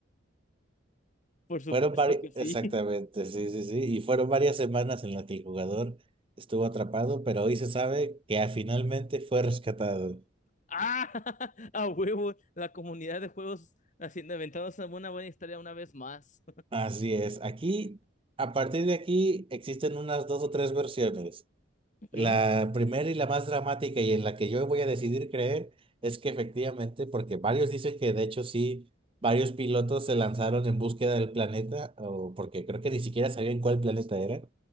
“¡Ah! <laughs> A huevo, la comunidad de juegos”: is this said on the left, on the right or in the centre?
Left